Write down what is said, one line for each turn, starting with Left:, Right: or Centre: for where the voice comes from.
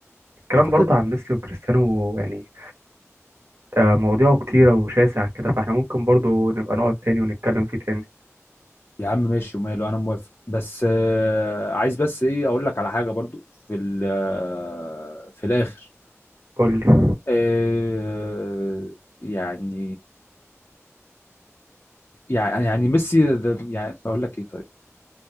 Right: الكلام
Left: انت فاكر
Right: برضه عن ميسي وكريستيانو يعني آه، مواضيعه كتيرة وشاسع كده فاحنا ممكن برضه نبقى نقعد تاني ونتكلم فيه تاني
Left: يا عم ماشي وماله انا موافق بس آه عايز بس ايه اقول لك على حاجه برضو في ال- آه، في الاخر
Right: قول لي
Left: آه يعني يعني يعني ميسي ده- يعني اقول لك ايه طيب